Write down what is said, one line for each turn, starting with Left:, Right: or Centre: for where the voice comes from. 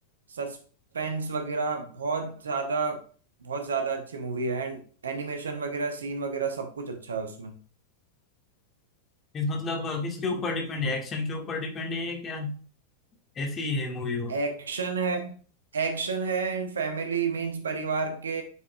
Right: सस्पेंस वगैरह बहुत ज्यादा बहुत ज्यादा अच्छी मूवी है एंड एनिमेशन वगैरह सीन वगैरह सब कुछ अच्छा है उसमें
Left: इस मतलब किसके ऊपर डिपेंड है एक्शन के ऊपर डिपेंड है क्या ऐसी ही है मूवी वो
Right: एक्शन है एक्शन है एंड फैमिली मीन्स परिवार के